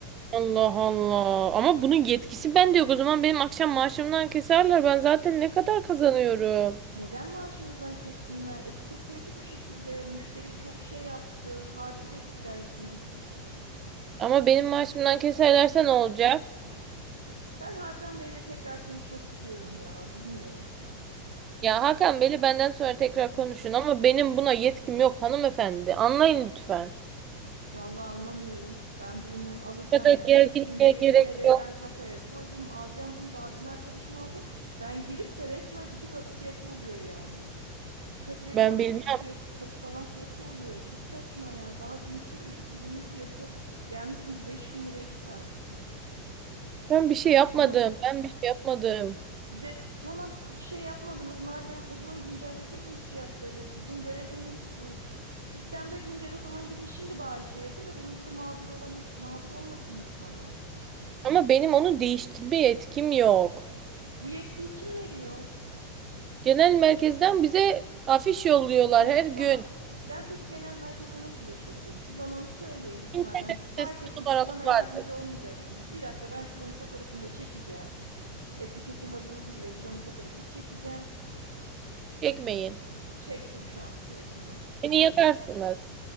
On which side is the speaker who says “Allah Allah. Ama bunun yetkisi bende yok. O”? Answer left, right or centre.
Right